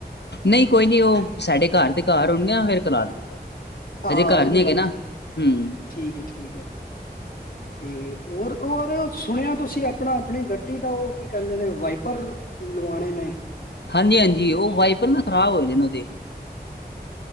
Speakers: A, on the left (about 85°); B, on the left (about 55°).
A: ਨਹੀਂ, ਕੋਈ ਨੀ ਓ ਸਾਡੇ ਘਰ ਦੇ ਘਰ ਹੋਣ ਗੇ ਨਾ, ਫੇਰ ਕਰਾ ਦੇਣਾ
B: ਹਾਂ
A: ਹਜੇ, ਘਰ
B: ਉਹ ਵੀ
A: ਨੀ ਹੈਗੇ
B: ਗੱਲ
A: ਨਾ,
B: ਠੀਕ
A: ਹੂੰ।
B: ਠੀਕ ਐ, ਠੀਕ ਐ। ਤੇ ਔਰ ਔਰ ਸੁਣਿਆ ਤੁਸੀਂ? ਆਪਣਾ ਆਪਣੀ ਗੱਡੀ ਦਾ ਓ ਕੀ ਕਹਿੰਦੇ ਨੇ ਵਾਈਪਰ ਲੁਆਣੇ ਨੇ।
A: ਹਾਂਜੀ-ਹਾਂਜੀ, ਓ ਵਾਈਪਰ ਨਾ ਖ਼ਰਾਬ ਹੋਏ ਦੇ ਨੇ ਓਹਦੇ